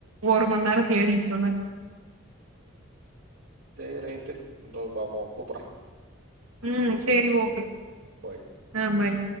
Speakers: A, on the right (about 85°); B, on the right (about 75°).
A: ஒரு மணி நேரம் தேடி சொன்னக்
B: சரி ரைட்டு இப்ப பாப்போம் கூப்புடுற.
A: ம் ச் சேரி ஓகே
B: பாய்.
A: ஆ பாய்